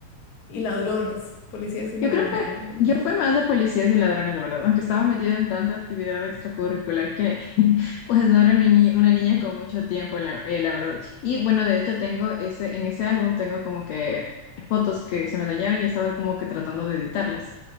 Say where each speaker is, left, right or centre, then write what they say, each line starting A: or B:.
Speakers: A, on the left; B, on the left.
A: y ladrones? Policías y ladrones,
B: Yo creo que
A: ya me acuerdo.
B: yo fui más de policías y ladrones, la verdad, aunque estaba metida en tanta actividad extracurricular que Pues no era niñi- una niña con mucho tiempo, la, eh, la verdad. Y bueno, de hecho tengo ese, en ese álbum tengo como que fotos que se me dañaron y estaba como que tratando de editarlas.